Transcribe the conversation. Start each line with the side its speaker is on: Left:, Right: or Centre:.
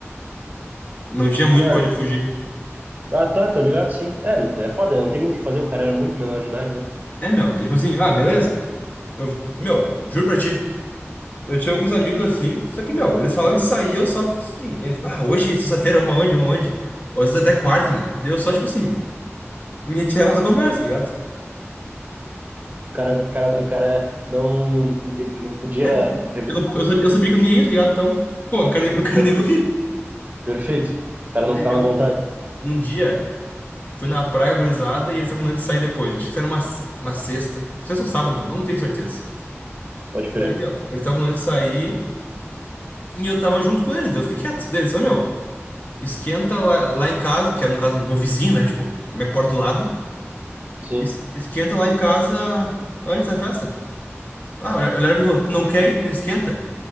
Left: Não tinha muito
Right: Cara,
Left: pra onde eu fugir.
Right: ah, tá, tô ligado, sim. É, não- é foda, né? não tem muito o que fazer, o cara era muito menor de idade, né? O
Left: É, meu, é tipo assim, ah, beleza. Eu, meu, juro pra ti. Eu tinha alguns amigos assim, só que, meu, eles falam de sair, eu só, assim, eles, ah, hoje, sexta-feira, uma onde, uma onde? Ou às vezes até quarta, meu. Daí eu só, tipo assim, me retirava da conversa, tá ligado?
Right: cara, o cara, o cara não, ele não podia
Left: É, tipo assim,
Right: revelar.
Left: eu, não- eu, sabia, eu sabia que eu não ia, tá ligado? Então, pô, não quero nem, não quero
Right: Pô,
Left: nem ouvir.
Right: perfeito. O cara
Left: Daí,
Right: não ficava
Left: meu,
Right: à vontade,
Left: um dia. Fui na praia, gurizada, e eles estavam combinando de sair depois. Acho que era uma, uma sexta. Sexta ou sábado, meu, não tenho certeza.
Right: pode crer.
Left: Daí, meu, eles estavam combinando de sair e eu tava junto com eles. Daí eu fiquei quieto deles. Ô, meu, esquenta lá, lá em casa, que era no caso meu vizinho, né? Tipo, minha porta do lado.
Right: Sim.
Left: Es- esquenta lá em casa antes da festa. Ah, eu olhava pra mim e falou: "Tu não quer? ir? Não esquenta?